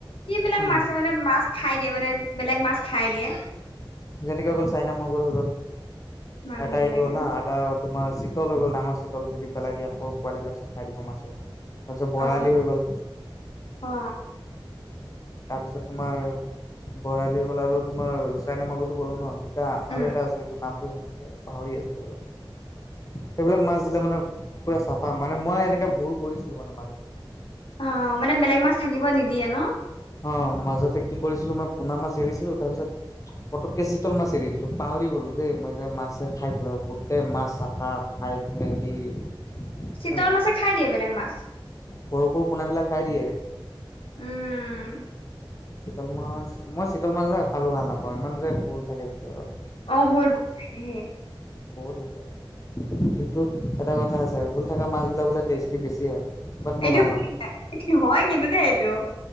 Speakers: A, on the left; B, on the left.
A: কি বিলাক
B: উম
A: মাছে মানে মাছ খাই দিয়ে মানে। বেলেগ মাছ খাই দিয়ে
B: যেনেকে হৈ গ'ল, চাইনা মাগুৰ হৈ গ'ল।
A: মাগুৰ
B: এটা
A: বিলাকে
B: এইটো এটা,
A: ন
B: আৰু এটা তোমাৰ চিতল হৈ গ'ল, ডাঙৰ চিতল, যদি পেলাই দিয়া সৰু পোৱালিবিলাক চব খাই দিব মাছে। তাৰপিছত বৰালি
A: অ
B: হৈ গ'ল।
A: অ
B: তাৰপিছত তোমাৰ বৰালি হৈ গ'ল, আৰু তোমাৰ চাইনা মাগুৰটো ক'লো ন। এটা
A: উম
B: আৰু এটা আছে সেইটো নামটো পাহৰি আছোঁ। সেইবিলাক মাছ দিলে মানে পুৰা চাফা, মানে মই এনেকে ভুল কৰিছিলো মানে মাছ
A: অ', মানে বেলেগ মাছ থাকিব নিদিয়ে ন।
B: অ', মাজতে কি কৰিছিলো, মই পুনা মাছ এৰিছিলো তাৰপিছত পটকে চিতল মাছ এৰি দিলো, পাহৰি গ'লো দেই মই যে মাছ খাই পেলাব গোটেই মাছ চাফা। <unintelligible>
A: চিতল মাছে খাই দিয়ে বেলেগ মাছ।
B: সৰু সৰু পোনাবিলাক খাই দিয়ে।
A: উম।
B: চিতল মাছ মই চিতল মাছ যে খাব ভাল নাপাওঁ ইমান যে হুল থাকে ভিতৰত।
A: অ হুল বহুত তাকেহে।
B: বহুত হুল থাকে, কিন্তু এটা কথা আছে হুল থকা মাছবিলাক বোলে টেষ্টি বেছি হয়। বাট মই
A: এইটো
B: ভাল
A: হয় কিন্তু দেই এইটো।